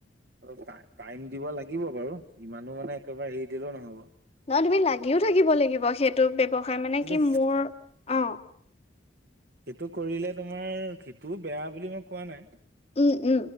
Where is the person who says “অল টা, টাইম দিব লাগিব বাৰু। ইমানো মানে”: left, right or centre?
Right